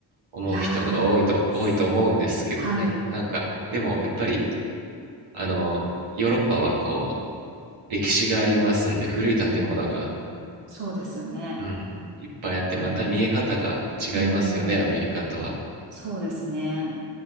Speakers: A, on the right; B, on the right.
A: 思う人が多いと、
B: いやー、す
A: 多いと思うんですけどね。
B: はい。
A: なんか、でもやっぱり、あの、ヨーロッパはこう、歴史がありますんで、古い建物が、
B: うんうんうんそうですよね。
A: うん、いっぱいあって、また見え方が違いますよね、
B: うん
A: アメリカとは。
B: そうですね。